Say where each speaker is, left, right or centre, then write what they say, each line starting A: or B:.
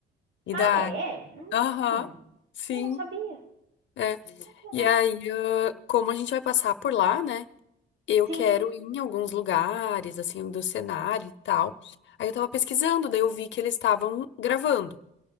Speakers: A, on the left; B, on the right.
A: E
B: Ah,
A: daí,
B: é?
A: aham,
B: Hum,
A: sim,
B: eu não sabia.
A: é.
B: Ah, que legal.
A: E aí, ah, como a gente vai passar por lá, né? Eu
B: Sim,
A: quero ir em alguns lugares, assim, do cenário e tal. Aí eu tava pesquisando, daí eu vi que eles estavam gravando.